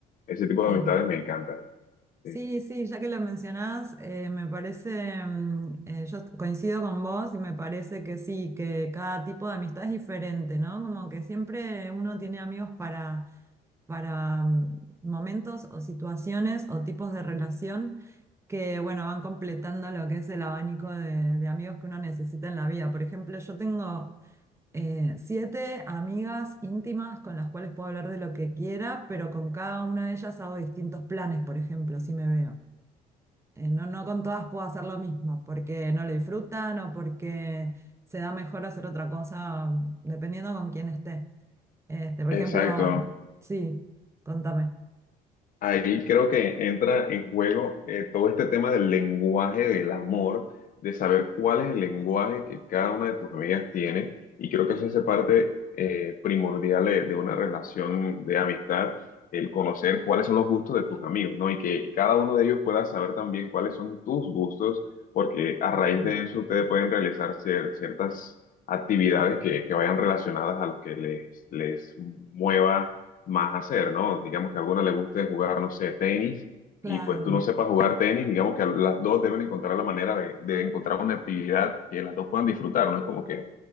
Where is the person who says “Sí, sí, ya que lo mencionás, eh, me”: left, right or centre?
Right